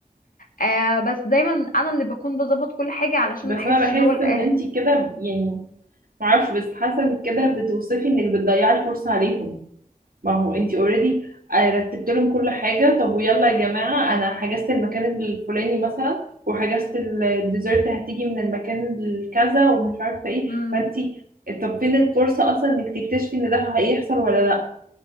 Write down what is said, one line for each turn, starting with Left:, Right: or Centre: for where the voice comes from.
Left: آه بس دايما انا اللي بكون بظبط كل حاجة علشان
Right: بس
Left: ما احسش
Right: انا بحس
Left: اللي هو ال-
Right: ان
Left: آه
Right: انت كده يعني معرفش بس حاسة انك كده بتوصفي انك بتضيعي الفرصة عليهم ما هو انتي اوريدي رتبت لهم كل حاجة طب ويلا يا جماعة انا حجزت المكان الفلاني مثلا وحجزت الديزرت هتيجي من المكان الكذا ومش عارفة ايه
Left: مم.
Right: فانتي طب فين الفرصة اصلا انك تكتشفي ان ده هيحصل ولا لا